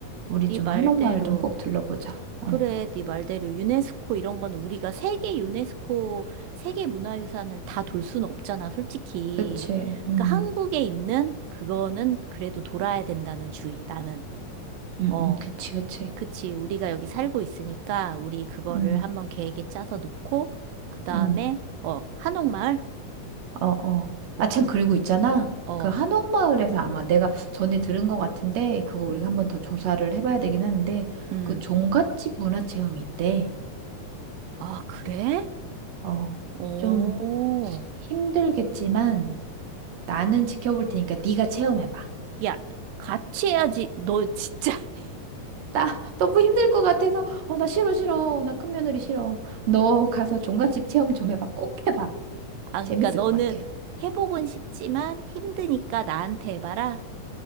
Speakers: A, on the right (about 65°); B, on the right (about 85°).
A: 우리
B: 네
A: 좀
B: 말대로.
A: 한옥마을 좀 꼭 들러보자.
B: 그래,
A: 어,
B: 네 말대로. 유네스코 이런 건 우리가 세계 유네스코, 세계 문화유산을 다 돌 수는 없잖아, 솔직히.
A: 그치. 음,
B: 그러니까 한국에 있는 그거는 그래도 돌아야 된다는 주의, 나는.
A: 음,
B: 어,
A: 음, 그치, 그치.
B: 그치. 우리가 여기 살고 있으니까 우리 그거를
A: 음,
B: 한번 계획에 짜서 놓고, 그 다음에,
A: 음.
B: 어, 한옥마을?
A: 어, 어.
B: 오케이.
A: 아, 참, 그리고
B: 오-
A: 있잖아.
B: 어,
A: 그 한옥마을에서 아마 내가 전에 들은 것 같은데, 그거 우리가
B: 음,
A: 한번 더 조사를 해봐야 되긴 하는데,
B: 음.
A: 그 종갓집 문화체험이 있대.
B: 아, 그래?
A: 어,
B: 오,
A: 좀 힘들겠지만, 나는 지켜볼 테니까 네가 체험해봐.
B: 야, 같이 해야지. 너 진짜. <laughs>
A: 나 <laughs> 너무 힘들 것 같아서, 어, 나 싫어, 싫어. 나 큰 며느리 싫어. 너 가서 종갓집 체험 좀 해봐. 꼭 해봐.
B: 아, 그러니까
A: 재밌을
B: 너는
A: 것 같아.
B: 회복은 쉽지만 힘드니까 나한테 해봐라.